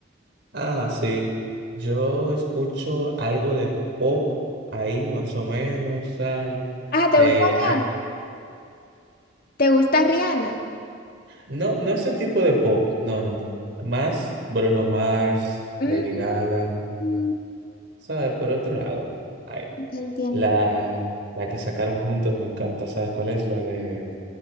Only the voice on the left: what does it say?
Ah,
¿te gusta Rihanna? ¿Te gusta Rihanna?
Mm,
mm,
entiendo.